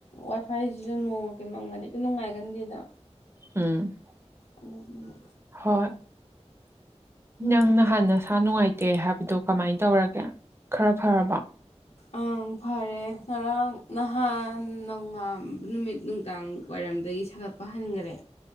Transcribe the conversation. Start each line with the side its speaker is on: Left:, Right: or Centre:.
Left: ꯋꯥꯏ ꯐꯥꯏꯁꯤꯁꯨ ꯅꯣꯡꯃ ꯀꯩꯝꯃꯪꯒꯅꯤꯗꯤ ꯀꯩ ꯅꯨꯡꯉꯥꯏꯒꯟꯗꯦꯗ
Right: ꯎꯝ
Left: ꯀꯅ
Right: ꯍꯣꯏ ꯅꯪ ꯅꯍꯥꯟ ꯅ ꯁꯥ ꯅꯨꯡꯉꯥꯏꯇꯦ ꯍꯥꯏꯕꯗꯨꯣ ꯀꯃꯥꯏꯅ ꯇꯧꯔꯒꯦ ꯈꯔ ꯐꯔꯕ
Left: ꯑ ꯐꯔꯦ ꯉꯔꯥꯡ ꯅꯍꯥꯟ ꯅꯉꯥꯥꯟꯕ ꯅꯨꯃꯤꯠ ꯅꯨꯡꯗꯥꯡ ꯋꯥꯏꯔꯝꯗꯒꯤ ꯁꯥꯒꯠꯄ ꯍꯟꯈꯔꯦ